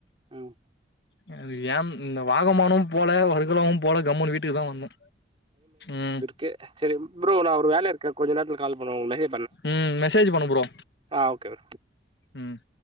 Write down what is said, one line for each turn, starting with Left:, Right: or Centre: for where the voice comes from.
Right: ம்
Left: எனக்கு ஏ இந்த வாகமானு போல வர்கலாவு போல கம்முன்னு வீட்டுக்கு தா வந்தோ ம்
Right: ஓகே சேரி ப்ரோ நா ஒரு வேலயா இருக்கே கொஞ்ச நேரத்துல கால் பண்ணவா உங்ளுக்கு
Left: ம் மெசேஜ் பண்ணு ப்றோ
Right: ஆ ஓகே ப்ரோ
Left: ம்